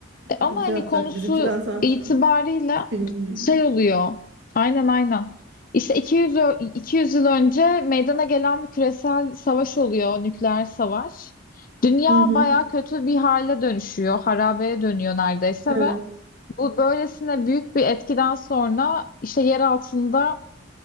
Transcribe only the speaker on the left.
E, ama
hani konusu
itibarıyla
şey oluyor aynen aynen işte 200, ö- 200 yıl önce meydana gelen bir küresel savaş oluyor nükleer savaş. Dünya
baya kötü bir hale dönüşüyor harabeye dönüyor neredeyse
ve Bu böylesine büyük bir etkiden sonra işte yer altında